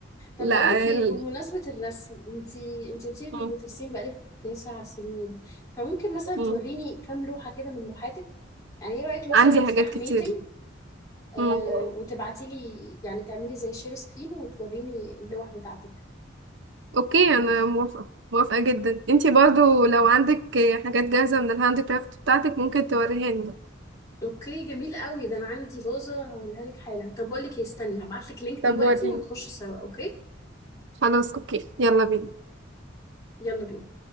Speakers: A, on the left; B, on the right.
A: طب
B: لا
A: بقول لك ايه
B: ال...
A: بمناسبة الرسم انتي انتي قلتي لي انك
B: مم.
A: بترسمي بقالك تسع سنين فممكن مثلا
B: مم.
A: توريني كام لوحة كده من لوحاتك يعني ايه رأيك مثلا
B: عندي
A: نفتح
B: حاجات كتير
A: ميتنج آه
B: مم.
A: وتبعتي لي يعني تعملي زي شير سكرين وتوريني اللوح بتاعتك
B: اوكي انا موافقة موافقة جدا انتي برضو لو عندك حاجات جاهزة من الهاند كرافت بتاعتك ممكن توريهاني
A: اوكي جميل قوي ده انا عندي فازة هوريها لك حالا طب بقول لك ايه استني هبعت لك لينك
B: طب
A: دلوقتي
B: وريني
A: ونخش سوا اوكي
B: خلاص اوكي يلا بينا
A: يلا بينا